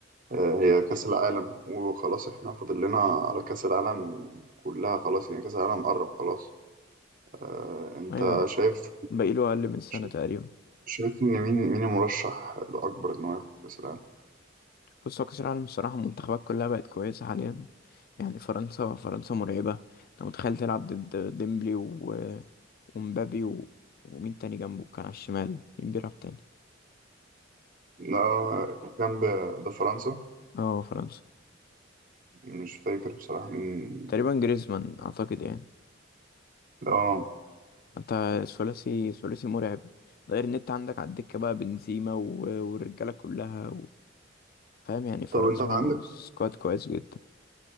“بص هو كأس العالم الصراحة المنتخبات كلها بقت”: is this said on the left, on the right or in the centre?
Left